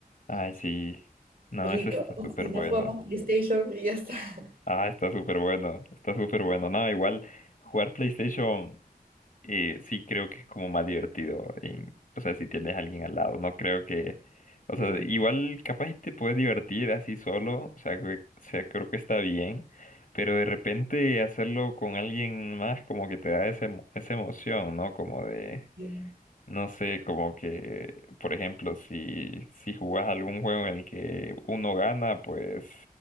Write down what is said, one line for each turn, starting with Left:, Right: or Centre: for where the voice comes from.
Left: Ay, sí. No,
Right: rico,
Left: eso está
Right: <laughs>
Left: súper
Right: si no
Left: bueno.
Right: jugamos PlayStation y ya está. <laughs>
Left: Ah, está súper bueno. Está súper bueno. No, igual jugar PlayStation eh, sí creo que es como más divertido. en- o sea, si tienes a alguien al lado. No creo que... O
Right: Sí,
Left: sea, igual capaz y te puedes divertir así solo. O sea, que- o sea, creo que está bien. Pero de repente hacerlo con alguien más como que te da ese emo- esa emoción, ¿no? Como de...
Right: sí.
Left: No sé, como que, por ejemplo, si, si jugás algún juego en el que uno gana, pues